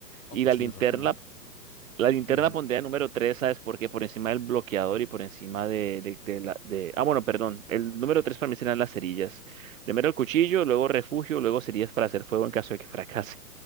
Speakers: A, on the left; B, on the right.
A: Oh,
B: Y
A: pues
B: la linterna
A: tienes razón,
B: La linterna
A: ¿eh? Ujú.
B: pondría número 3, ¿sabes por qué? Por encima del bloqueador y por encima de, de, de la... De... Ah, bueno, perdón. El número 3 para mí serán las cerillas. Primero el cuchillo, luego refugio, luego cerillas para hacer fuego en caso de que fracase